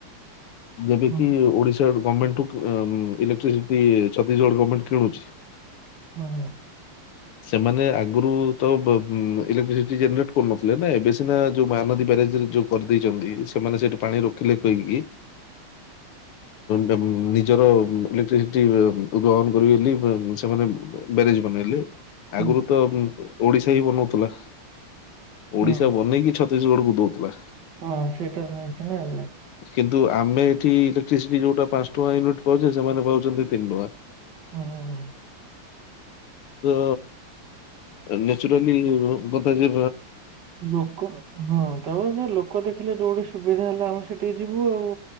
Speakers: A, on the left (about 80°); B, on the right (about 55°).
A: ଯେବେ କିି
B: ହୁଁ
A: ଓଡିଶାର ଗମେଟ୍ କୁ ଇଲେଟି ଜଦି ଛତିସିଗଡ଼ ଗର୍ଣମେଣ୍ଟ କିଣୁଛି।
B: ହୁଁ।
A: ସେମାନେ ଆଗରୁ ତ ଇଲେଟସି ଜନେଟ କରୁନଥିଲେ ନା ଏବେ ସିନା ଯୋଉ ମହାନଦୀ ବ୍ୟାରେଜରେ ଯୋଉ କରିଦେଇଛନ୍ତି ସେମାନେ ସେଠି ପାଣି କହି କି। ବେ ନିଜର ଇଲେକ୍ଟ୍ରିସିଟି ଉବହନ କରିବେବୋଲି ସେମାନେ ବ୍ୟାରେଜ ବନେଇଲେ।
B: ହୁଁ
A: ଆଗରୁ ତ ଓଡିଶା ହି ବନଉଥିଲା
B: ହୁଁ
A: ଓଡିଶା ବନେଇକି ଛତ ଛତିଶିଗଡ଼କୁ ଦେଉଥିଲା।
B: ହଁ ସେଇଟା ବି ହେଇଛି ନା ଏବେ?
A: କିନ୍ତୁ ଆମେ ଏଠି ଇଲେକ୍ଟ୍ରିସି ଯୋଉଟା ପାଞ୍ଚ ଟଙ୍କା ୟୁନିଟ ପାଉଛେ ସେମାନେ ପାଉଛନ୍ତି ତିନି ଟଙ୍କା।
B: ହଉ ହଉ।
A: ତ ନେଚୁରାଲି ବତଯେ
B: ଲୋକ ହଁ ତାପ ଲୋକ ଦେଖିଲେ ଯୋଉଠି ସୁବିଧା ହେଲା ଆମେ ସେଠିକି ଯିବୁ ଆଉ।